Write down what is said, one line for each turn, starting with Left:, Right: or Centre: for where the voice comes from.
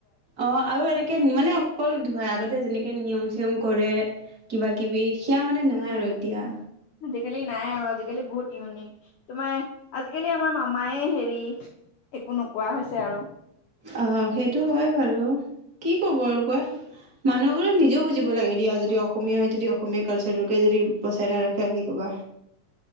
Right: অ আৰু এনেকে মানে অকল ধুৱাই আগতে যেনেকে নিয়ম চিয়ম কৰে কিবা কিবি সেয়া মানে নাই
Left: উম
Right: আৰু এতিয়া
Left: আজিকালি নাই আৰু আজিকালি বহুত ইউনিক তোমাৰ আজিকালি আমাৰ মামাইয়ে হেৰি একো নোকোৱা হৈছে আৰু
Right: আহ সেইটো হয় বাৰু কি কব আৰু কোৱা আহ আহ সেইটো হয় বাৰু কি কব কোৱা মানুহবোৰে নিজেও বুজিব লাগে দিয়া যদি অসমীয়া হয় যদি অসমীয়া কালচাৰটোকে যদি বচাই নাৰাখে আৰু কি ক'বা